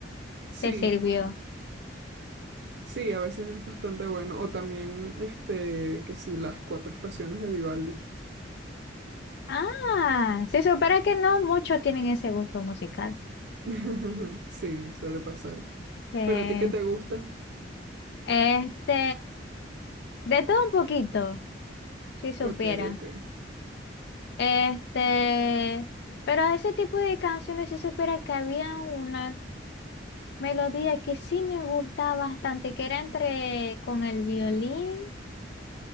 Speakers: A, on the right; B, on the left.
A: Sí,
B: Te sirvió.
A: sí, a veces es bastante bueno. O también, este, que sí, las cuatro estaciones de Vivaldi.
B: Ah, si supera que no muchos tienen ese gusto musical.
A: <laughs> Sí, suele pasar.
B: Eh,
A: ¿Pero a ti qué te gusta?
B: este, de todo un poquito, si supieran.
A: Ok, ok.
B: Este, pero a ese tipo de canciones se supera que había una melodía que sí me gustaba bastante, que era entre con el violín